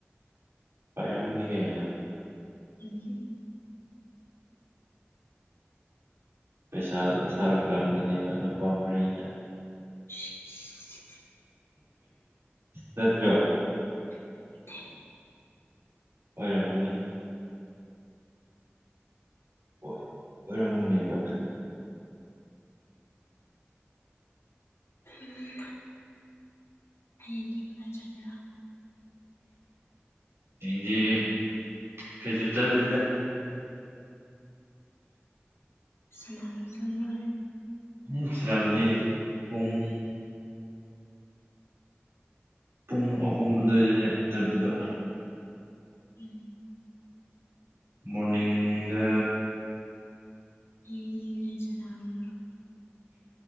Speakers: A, on the right (about 80°); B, on the left (about 85°).
A: ꯄꯌꯦꯡꯒꯂꯤ ꯀꯩꯅꯩꯅꯣ
B: ꯎꯝ
A: ꯄꯩꯁꯥꯗꯣ ꯊꯥꯔꯛꯂꯝꯒꯅꯦꯕ ꯅꯨꯄꯥ ꯃꯔꯤꯅ
B: <unintelligible>
A: ꯆꯠꯇꯣ
B: <unintelligible>
A: ꯑꯣꯏꯔꯝꯒꯅꯤ ꯍꯣꯏ ꯑꯣꯏꯔꯝꯃꯅꯦꯕ
B: ꯎ ꯍꯌꯦ ꯆꯒꯦꯔꯣ
A: ꯏꯒꯤꯦ ꯀꯩꯁꯨ ꯆꯠꯜꯂꯨꯗ <unintelligible>
B: ꯁꯅꯥ ꯃꯁꯣꯏ
A: ꯎ ꯁꯤ꯭ꯔꯕꯗꯤ ꯄꯨꯡ ꯄꯨꯡ ꯑꯍꯨꯝ ꯑꯗꯨꯏꯗꯨꯅꯦ ꯗ꯭ꯔꯤꯞꯇꯗ
B: ꯎꯝ
A: ꯃꯣꯔꯅꯤꯡꯗ
B: ꯏꯅꯦꯅꯦ ꯁꯅꯥꯅꯕꯗꯣ